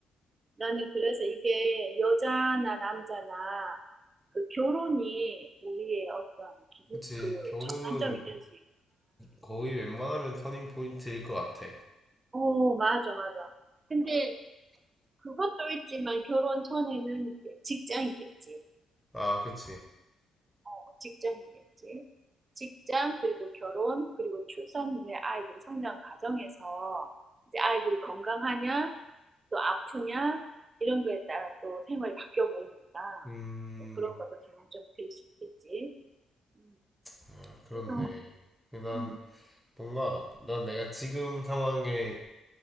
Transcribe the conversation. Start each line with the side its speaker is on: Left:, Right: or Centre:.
Right: 나는 그래서 이게 여자나 남자나 그 결혼이 우리의 어떤 기준
Centre: 그치.
Right: 그
Centre: 결혼은
Right: 전환점이 될 수 있고.
Centre: 거의 웬만하면 터닝 포인트일 것 같아.
Right: 오, 맞아, 맞아. 근데 그것도 있지만 결혼 전에는 이제 직장이겠지.
Centre: 아, 그치.
Right: 어, 직장이겠지. 직장, 그리고 결혼, 그리고 출산 후에 아이들이 성장 과정에서 이제 아이들이 건강하냐, 또 아프냐, 이런 거에 따라 또 생활이 바뀌어 버리니까
Centre: 음,
Right: 또 그런 것도 전환점이 될 수 있겠지. 음,
Centre: 아, 그렇네.
Right: 그래서,
Centre: 난
Right: 음.
Centre: 뭔가 난 내가 지금 상황에